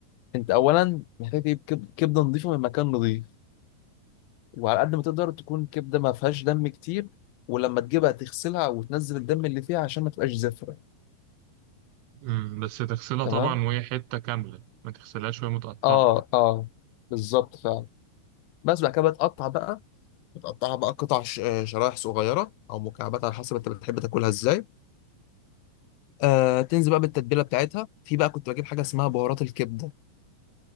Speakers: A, on the left; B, on the right.
A: انت اولا محتاج تجيب كب- كبده نظيفه من مكان نظيف وعلى قد ما تقدر تكون كبده ما فيهاش دم كتير ولما تجيبها تغسلها وتنزل الدم اللي فيها عشان ما تبقاش زفره
B: مم. بس تغسلها
A: تمام
B: طبعا وهي حتة كاملة ما تغسلهاش وهي متقطعة
A: اه اه بالظبط فعلا بس بعد كده بتقطع بقى بتقطعها بقى قطع ش- آه، شرايح صغيره او مكعبات على حسب انت بتحب تاكلها ازاي آه تنزل بقى بالتتبيله بتاعتها في بقى كنت بجيب حاجه اسمها بهارات الكبده